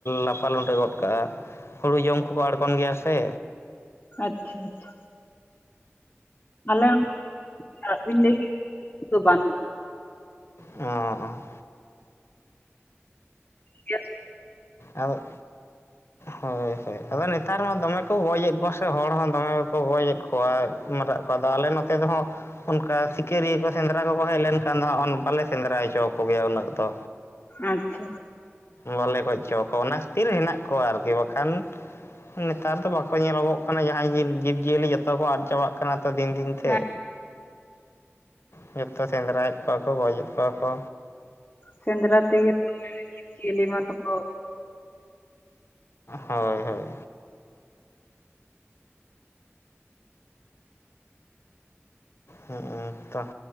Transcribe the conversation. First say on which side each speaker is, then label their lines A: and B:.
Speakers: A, on the left (about 60°); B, on the left (about 35°).
A: ᱞᱟᱯᱟ ᱞᱩᱸᱰᱟᱹ ᱜᱚᱜᱼᱼ ᱠᱟᱜ-ᱟ, ᱦᱳᱲᱩ ᱡᱚᱢ ᱠᱚᱠᱚ ᱟᱬᱜᱚᱱ ᱜᱮᱭᱟ ᱥᱮᱼᱼ
B: ᱟᱪᱪᱷᱟ-ᱟᱪᱪᱷᱟ ᱟᱞᱮ <unintelligible> ᱵᱟᱱᱩᱜᱼᱼ
A: ᱚᱸ
B: ᱜᱮᱭᱟ
A: ᱟᱫᱚᱜᱼᱼ ᱦᱳᱭ-ᱦᱳᱭ ᱟᱫᱚ ᱱᱮᱛᱟᱨ ᱢᱟ ᱫᱚᱢᱮ ᱠᱚ ᱜᱚᱡᱮᱫ ᱠᱚᱣᱟ ᱥᱮ ᱦᱚᱲ ᱦᱚᱸ ᱫᱚᱢᱮ ᱠᱚ ᱜᱚᱡᱮᱫ ᱠᱚᱣᱟᱼᱼ ᱢᱟᱨᱟᱜ ᱠᱚ ᱟᱫᱚ ᱟᱞᱮ ᱱᱚᱛᱮ ᱨᱮᱦᱚᱸᱼᱼ ᱚᱱᱠᱟ ᱥᱤᱠᱟᱹᱨᱤᱭᱟᱹ ᱠᱚ ᱥᱮᱸᱫᱽᱨᱟ ᱠᱚᱠᱚ ᱦᱮᱡ ᱞᱮᱱᱠᱷᱟᱱ ᱫᱚ ᱦᱟᱸᱜ ᱵᱟᱞᱮ ᱥᱮᱸᱱᱫᱽᱨᱟ ᱦᱚᱪᱚ ᱟᱠᱚ ᱜᱮᱭᱟ ᱩᱱᱟᱹᱜ ᱫᱚᱼᱼ
B: ᱟᱪᱪᱷᱟ
A: ᱵᱟᱞᱮ ᱜᱚᱡ ᱦᱚᱪᱚ ᱟᱠᱚᱣᱟ ᱚᱱᱟ ᱠᱷᱟᱹᱛᱤᱨ ᱦᱮᱱᱟᱜ ᱠᱚᱣᱟ ᱟᱨᱠᱤ ᱵᱟᱠᱷᱟᱱᱼᱼ ᱱᱮᱛᱟᱨ ᱫᱚ ᱵᱟᱠᱚ ᱧᱮᱞᱚ-ᱜᱚᱜ ᱠᱟᱱᱟ ᱡᱟᱦᱟᱸᱭ ᱡᱤᱵ ᱡᱤᱵᱽᱡᱤᱭᱟᱹᱞᱤ ᱡᱚᱛᱚ ᱠᱚ ᱟᱫ ᱪᱟᱵᱟᱜᱼᱼ ᱠᱟᱱᱟ ᱛᱚ ᱫᱤᱱ-ᱫᱤᱱ ᱛᱮᱼᱼ
B: ᱦᱮᱸ
A: ᱡᱷᱚᱛᱚ ᱥᱮᱸᱫᱽᱨᱟᱭᱮᱫ ᱠᱚᱣᱟ ᱠᱚ ᱜᱚᱡᱮᱫ ᱠᱚᱣᱟ ᱠᱚ᱾
B: ᱥᱮᱸᱫᱽᱨᱟ ᱛᱮᱜᱮ ᱛᱮ ᱡᱤᱵᱽ ᱡᱤᱭᱟᱹᱞᱤ ᱢᱟᱛᱚ ᱛᱚ-ᱠᱚᱼᱼ
A: ᱦᱳᱭ-ᱦᱳᱭ ᱦᱮᱸ ᱛᱚᱦ